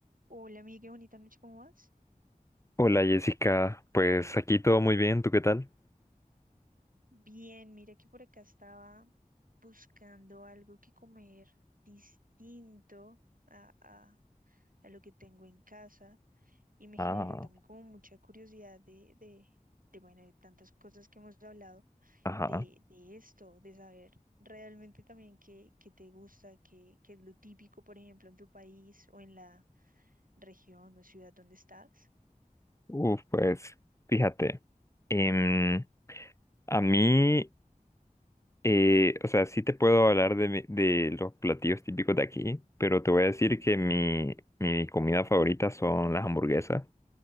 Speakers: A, on the right (about 70°); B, on the left (about 20°).
A: Hola, amiga, qué bonita noche, ¿cómo vas?
B: Hola Jessica, pues aquí todo muy bien, ¿tú qué tal?
A: Bien, mira que por acá estaba buscando algo que comer distinto a, a- a lo que tengo en casa y me generó
B: Ah,
A: también como mucha curiosidad de, de, de, bueno, de tantas cosas que hemos hablado,
B: ajá.
A: de, de esto, de saber realmente también qué, qué te gusta, qué, qué es lo típico, por ejemplo, en tu país o en la región o ciudad donde estás.
B: Uf, pues, fíjate. em, a mí, eh, o sea, sí te puedo hablar de, mi- de los platillos típicos de aquí, pero te voy a decir
A: Ujú,
B: que mi, mi comida favorita son las hamburguesas.